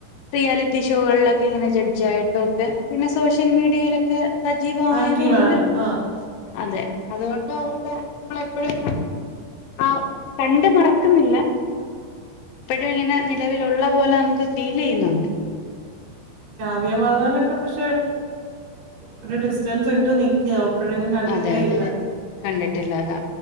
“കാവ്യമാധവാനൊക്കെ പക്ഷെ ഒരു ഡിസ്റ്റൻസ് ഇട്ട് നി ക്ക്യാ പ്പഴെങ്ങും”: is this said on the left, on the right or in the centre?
Right